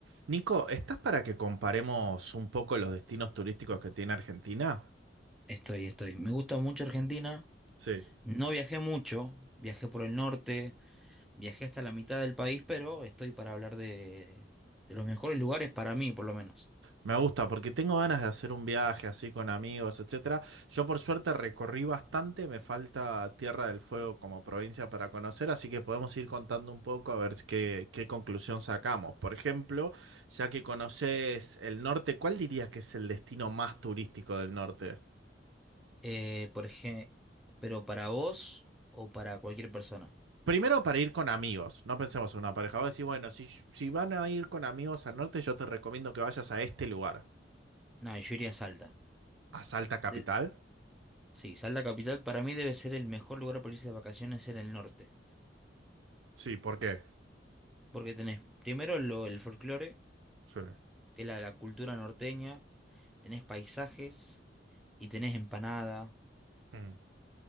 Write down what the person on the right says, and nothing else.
Nico, ¿estás para que comparemos un poco los destinos turísticos que tiene Argentina?
Sí.
Me gusta porque tengo ganas de hacer un viaje así con amigos, etcétera. Yo por suerte recorrí bastante, me falta Tierra del Fuego como provincia para conocer, así que podemos ir contando un poco a ver qué, qué conclusión sacamos. Por ejemplo, ya que conoces el norte, ¿cuál dirías que es el destino más turístico del norte?
Primero para ir con amigos, no pensemos en una pareja. Vos decís, bueno, si, si van a ir con amigos al norte, yo te recomiendo que vayas a este lugar,
a Salta Capital.
Sí, ¿por qué?
Sí.
Mm.